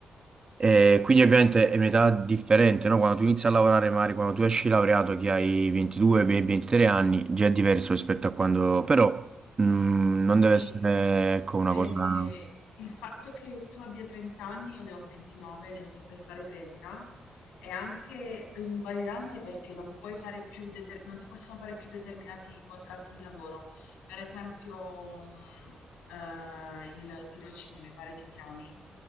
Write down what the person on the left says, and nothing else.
Sì,
ehm,
il fatto che tu abbia 30 anni, io ne ho 29, ne sto per fare 30, è anche invalidante perché non puoi fare più deter- non ti possono fare più determinati contratti di lavoro. Per esempio, mh, eh, il tirocinio, mi pare si chiami,